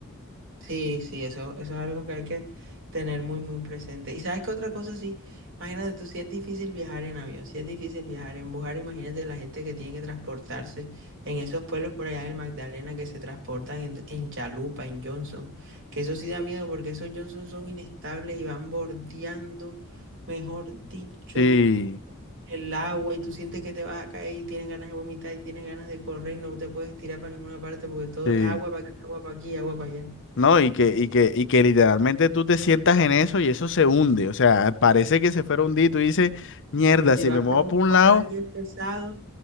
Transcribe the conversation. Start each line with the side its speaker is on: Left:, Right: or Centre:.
Right: Sí, sí, eso, eso es algo que hay que tener muy, muy presente. Y sabes que otra cosa, sí, imagínate tú, si es difícil viajar en avión, si es difícil viajar en bus, ahora imagínate la gente que tiene que transportarse en esos pueblos por allá del Magdalena que se transportan en, en chalupa, en Johnson, que eso sí da miedo porque esos Johnson son inestables y van bordeando, mejor dicho,
Left: Sí,
Right: el agua y tú sientes que te vas a caer y tienes ganas de vomitar y tienes ganas de correr y no te puedes tirar para ninguna parte porque todo
Left: sí.
Right: es agua para aquí, agua para aquí, agua para allá.
Left: No, y que, y que, y que literalmente tú te sientas en eso y eso se hunde. O sea, parece que se fuera a hundir. Tú dices, mierda,
Right: Y si
Left: si
Right: vas
Left: me muevo
Right: con,
Left: por un
Right: con
Left: lado,
Right: alguien pesado,